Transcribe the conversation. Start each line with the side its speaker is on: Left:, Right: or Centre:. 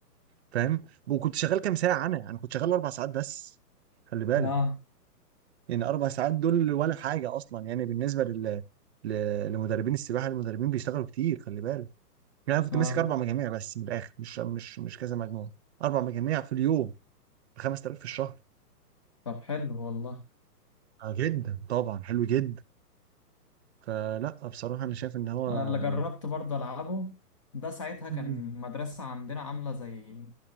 Right: فاهم وكنت شغال كام ساعه انا انا كنت شغال اربع ساعات بس خلي بالك
Left: اه
Right: يعني اربع ساعات دول ولا حاجه اصلا يعني بالنسبه لل ل- لمدربين السباحه المدربين بيشتغلوا كتير خلي بالك يعني انا كنت
Left: اه
Right: ماسك اربع مجاميع بس من الاخر مش مش مش كذا مجموعه اربع مجاميع في اليوم ب 5000 في الشهر
Left: طب حلو والله
Right: آه جدا طبعا حلو جدا فلا بصراحة أنا شايف إن هو
Left: انا اللي جربت برضه العبه ده ساعتها
Right: مم.
Left: كان المدرسة عندنا عاملة زي